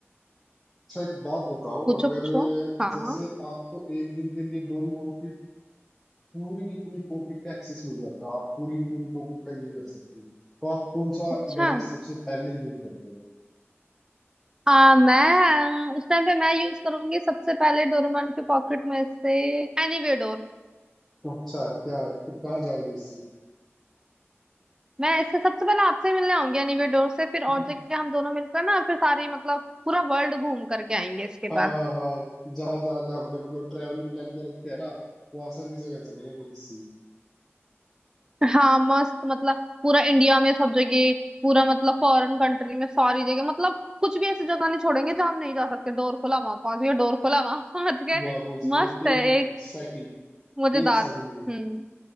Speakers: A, in the centre; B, on the right.
A: अच्छा एक बात बताओ
B: पूछो
A: अगर
B: पूछो हाँ हाँ
A: जैसे आपको एक दिन के लिए डोरीमोन की पूरी की पूरी पॉकेट का एक्सेस मिल जाता आप पूरी की पूरी पॉकेट का यूज कर सकते हो तो आप कौन सा
B: अच्छा
A: गैजेट सबसे पहले यूज करते हो
B: आ, मैं उस टाइम पे मैं यूज करूंगी सबसे पहले डोरेमोन के पॉकेट में से एनीवे डोर
A: तो अच्छा क्या फिर कहाँ जाओगे इससे
B: मैं इससे सबसे पहले आपसे मिलने आऊंगी एनीवे डोर से फिर और
A: <laughs>
B: जगह हम दोनों मिलकर ना फिर सारी मतलब पूरा वर्ल्ड घूम करके आएंगे इसके
A: हाँ
B: बाद
A: हाँ हाँ जहाँ जहाँ का हमने मतलब ट्रैवल प्लान कर रखे है ना वहां से भी जगह चलेंगे फिर इससे
B: हाँ मस्त मतलब पूरा इंडिया में सब जगह पूरा मतलब फॉरेन कंट्री में सारी जगह मतलब कुछ भी ऐसी जगह नहीं छोड़ेंगे जहाँ हम नहीं जा सकते डोर खुला वहां पहुंच गए डोर खुला वहां पहुंच <laughs> गए
A: वहां पहुंच
B: मस्त
A: गए
B: है
A: एक
B: एक
A: सेकंड
B: मजेदार
A: एक सेकंड की
B: हम्म